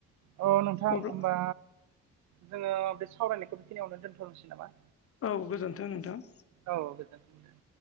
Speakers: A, on the right; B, on the left.
A: अ नोंथां
B: अब्ला
A: होमबा जोङो बे सावरायनायखौ बेखिनियावनो दोनथ'नोसै नामा?
B: औ गोजोन्थों नोंथां।
A: औ गोजोनथों दे।